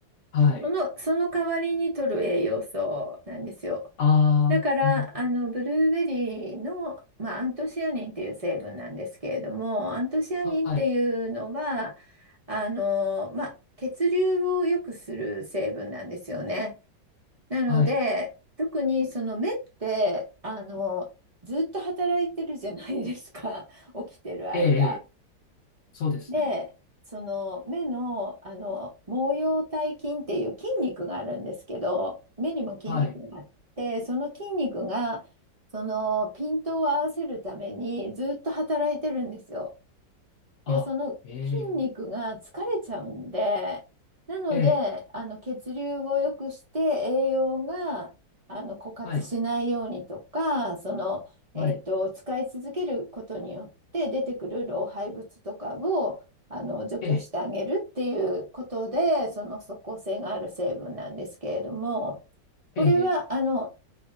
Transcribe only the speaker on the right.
その、その代わりに取る栄養素なんですよ。
だから、
あの、ブルーベリーの、まあ、アントシアニンっていう成分なんですけれども、アントシアニンっていうのは、
あの、まあ、血流を良くする成分なんですよね。なので、
特にその目って、あの、ずっと働いてるじゃないですか、<laughs> 起きてる間。
で、その目の、あの毛様体筋っていう筋肉があるんですけど、目にも筋肉があって、
その筋肉がそのピントを合わせるためにずっと働いてるんですよ。で、
その筋肉が疲れちゃうんで、
なので、
あの血流を良くして栄養があの枯渇しないようにとか、
その、えっと、
使い続けることによって出てくる老廃物とかをあの除去してあげるっていうことで、
その即効性がある成分なんですけれども、これはあの